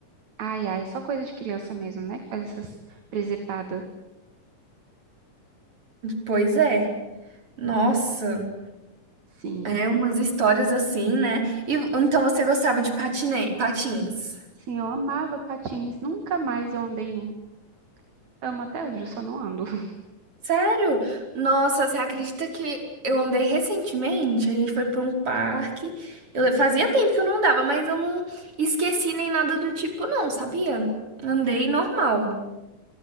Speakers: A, on the right; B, on the right.
A: ai, ai, é só coisa de criança mesmo, né, que faz essas presepadas.
B: Pois é, nossa.
A: Sim,
B: É, umas histórias assim, né? E então você gostava de patine... patins?
A: sim, eu amava patins, nunca mais eu andei em um. Amo até hoje, eu só não ando. <laughs>
B: Sério? Nossa, você acredita que eu andei recentemente? A gente foi para um parque. Eu fazia tempo que eu não andava, mas eu não esqueci nem nada do tipo, não, sabia? Andei normal.